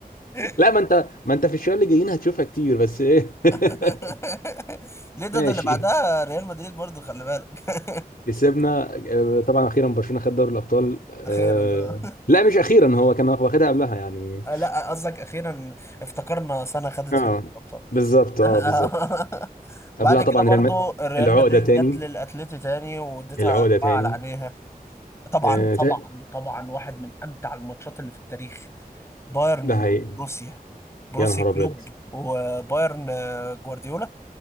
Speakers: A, on the left; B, on the left.
A: <laughs>
B: لا ما انت ما انت في الشوية اللي جايين هتشوفها كتير بس ايه <laughs>
A: <laughs> ليه ده
B: ماشي
A: ده اللي بعدها ريال مدريد برضو خلي بالك <laughs>
B: كسبنا آه، طبعا اخيرا برشلونة خد دوري الابطال آه،
A: اخيرا ده
B: لا مش اخيرا هو كان واخدها قبلها يعني
A: <laughs> لا قصدك اخيرا افتكرنا سنه خدت
B: اه
A: فيها الابطال
B: بالظبط اه
A: <laughs>
B: بالظبط
A: بعد
B: قبلها
A: كده
B: طبعا
A: برضو
B: ريال مدريد
A: ريال
B: العقدة
A: مدريد
B: تاني
A: جت للاتليتي تاني واديتها
B: العقدة
A: اربعه
B: تاني
A: على عينيها طبعا
B: آه،
A: طبعا
B: تا-
A: طبعا واحد من امتع الماتشات اللي في التاريخ بايرن
B: ده
A: وبروسيا
B: حقيقي
A: بروسيا
B: يا نهار
A: كلوب
B: ابيض
A: وبايرن آه، جوارديولا